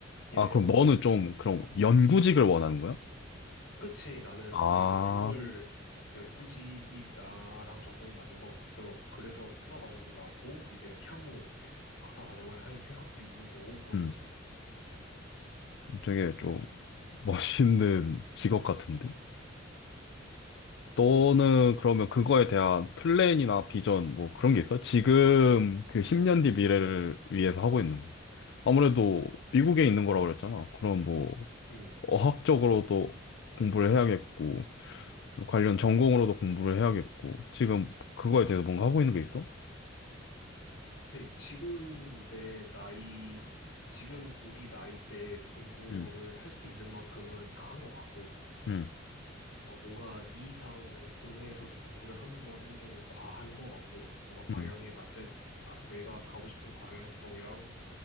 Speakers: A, on the left; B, on the left.
A: 얘네가
B: 아, 그럼
A: 뭐,
B: 너는 좀 그럼 연구직을 원하는 거야?
A: 그치, 나는
B: 아.
A: 아무래도 그걸 연구직이 나랑 적성이 맞는 것 같아서 그래서 석사 과정도 나왔고 이제 향후 박사 과정을 할 생각도 있는 거고 그런
B: 음,
A: 거지.
B: 되게 좀 멋있는 <laughs> 직업 같은데? 너는 그러면 그거에 대한 플랜이나 비전 뭐 그런 게 있어? 지금 그 10년 뒤 미래를 위해서 하고 있는 거. 아무래도 미국에 있는 거라고 그랬잖아. 그럼 뭐
A: 음.
B: 어학적으로도 공부를 해야겠고 관련 전공으로도 공부를 해야겠고 지금 그거에 대해서 뭔가 하고 있는 게 있어?
A: 네, 지금 내 나이, 지금 우리 나이 때 공부를
B: 음,
A: 할 수 있는 만큼은 다 한 것 같고,
B: 음,
A: 어, 뭔가 이 이상 국내에서도 공부를 하는 거는 좀 과한 것 같고, 뭔가 방향에
B: 음,
A: 맞지, 바- 내가 가고 싶은 방향성이랑